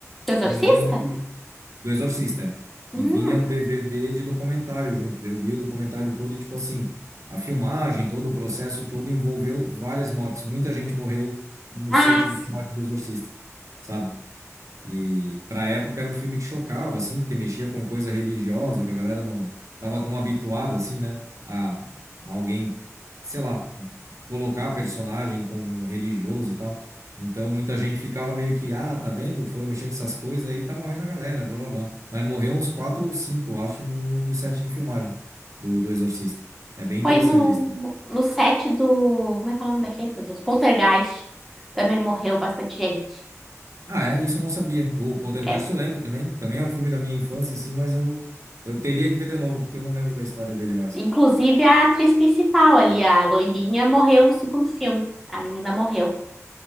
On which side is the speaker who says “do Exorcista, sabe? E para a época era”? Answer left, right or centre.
Right